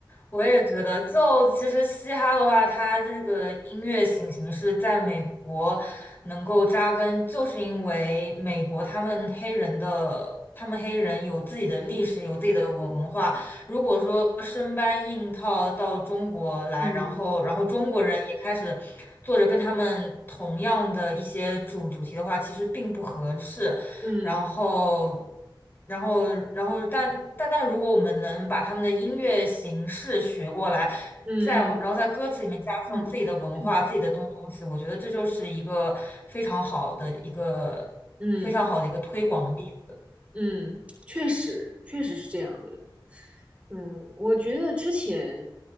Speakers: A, on the left; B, on the right.
A: 我也觉得，就其实嘻哈的话，它这个音乐型形式在美国能够扎根，就是因为美国他们黑人的，他们黑人有自己的历史，有自己的文文化。如果说生搬硬套到中国来，
B: 嗯
A: 然后然后中国人也开始做着跟他们同样的一些主主题的话，其实并不合适。
B: 嗯
A: 然后，然后，然后，但但但，如果我们能把他们的音乐形式学过来，
B: 嗯嗯
A: 再然后然后在歌词里面加上自己的文化、
B: 嗯嗯。嗯
A: 自己的东东西，我觉得这就是一个非常好的一个非常好的一个推广的例子。
B: 嗯嗯，确实，确实是这样的。嗯，我觉得之前，